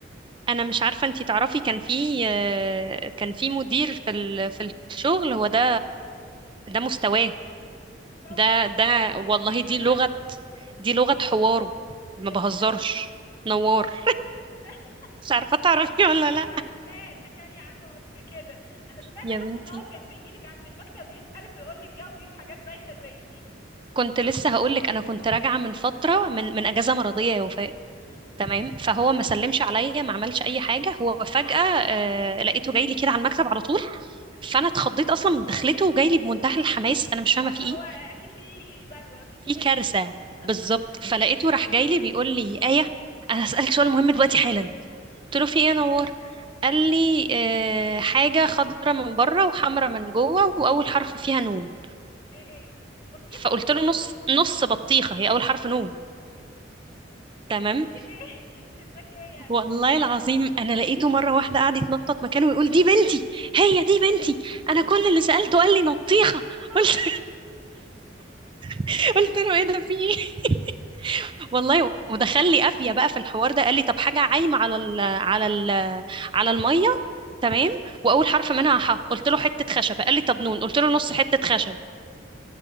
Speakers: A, on the right; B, on the left.
A: انا مش عارفة انتي تعرفي كان في آه، كان في مدير في ال- في الشغل هو ده ده مستواه
B: لا والله
A: ده
B: بيقول
A: ده
B: نكت
A: والله
B: بايخة
A: دي
B: بس
A: لغة دي لغة حواره ما
B: ده
A: بهزرش
B: مين ده
A: نوار
B: <laughs>
A: مش عارفة تعرفي ولا لا
B: عارفاه اتحكى لي عنه قبل كده انا سمعت
A: يا
B: حتى
A: بنتي
B: ان هو كان بيجيلك عند المكتب يسألك ويقول لك جاوبي في حاجات بايخة زي دي
A: كنت لسه هقولك انا كنت راجعه من فتره من من اجازه مرضيه يا وفاء
B: مم.
A: تمام فهو
B: مم.
A: ما سلمش عليا ما عملش اي حاجه هو فجاه آه لقيته جاي لي كده على المكتب على طول فانا اتخضيت اصلا من دخلته وجاي لي بمنتهى الحماس انا مش فاهمه
B: اه
A: في
B: اللي
A: ايه
B: هو اكيد في بلوى في مصيبة
A: في كارثه
B: <laughs>
A: بالظبط فلقيته راح جاي لي بيقول لي ايه انا هسالك سؤال مهم دلوقتي حالا قلت له في ايه يا نوار قال لي آه حاجه خضره من بره وحمره من جوه واول حرف فيها نون
B: ايه هي بطيخة
A: فقلت
B: <laughs>
A: له نص نص بطيخه هي اول حرف نون تمام
B: يا بنت الايه <laughs> ذكية
A: والله العظيم انا لقيته مره واحده قاعد يتنطط مكانه ويقول دي بنتي هي دي بنتي انا كل اللي سالته قال لي نطيخه
B: نطيت
A: قلت <laughs> قلت له ايه ده في ايه <laughs> والله ودخل لي قافيه بقى في الحوار ده قال لي طب حاجه عايمه على ال على ال على الميه تمام واول حرف منها ح قلت له حته خشب قال لي طب نون قلت له نص حته خشب